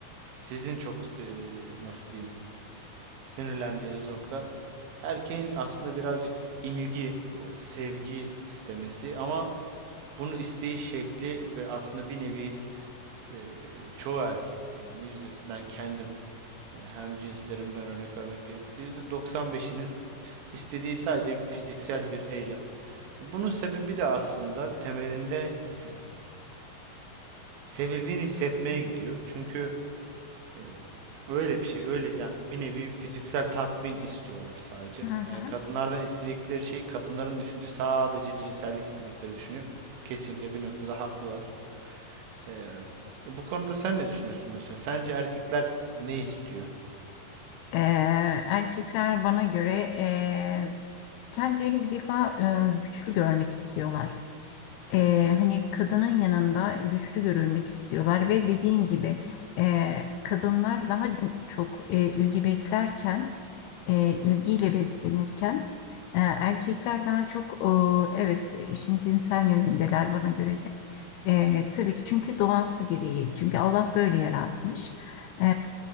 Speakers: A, on the right (about 80°); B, on the left (about 85°).
A: sizin çok eee, nasıl diyeyim sinirlendiğiniz nokta erkeğin aslında birazcık ilgi, sevgi istemesi ama bunu isteği şekli ve aslında bir nevi eee çoğu erkekte yani yüzde ben kendim E, hem cinslerimden örnek vermek gerekirse %95'inin istediği sadece fiziksel bir eylem. Bunun sebebi de aslında temelinde e, sevildiğini hissetmeye gidiyor. Çünkü e, böyle bir şey, öyle ya bir nevi fiziksel tatmin istiyorlar sadece.
B: Hı
A: Yani
B: hı.
A: kadınlardan istedikleri şey, kadınların düşündüğü sadece cinsellik istedikleri düşünüyor. Kesinlikle bir noktada haklılar. E, bu konuda sen ne düşünüyorsun mesela? Sence erkekler ne istiyor?
B: Eee, erkekler bana göre e, Kendilerini bir defa e, güçlü görmek istiyorlar. E, hani kadının yanında güçlü görülmek istiyorlar ve dediğin gibi e, kadınlar daha d- çok e, ilgi beklerken, e, ilgiyle beslenirken e, erkekler daha çok e, evet işin cinsel yönündeler bana göre de. E, tabii ki çünkü doğası gereği. Çünkü Allah böyle yaratmış. E,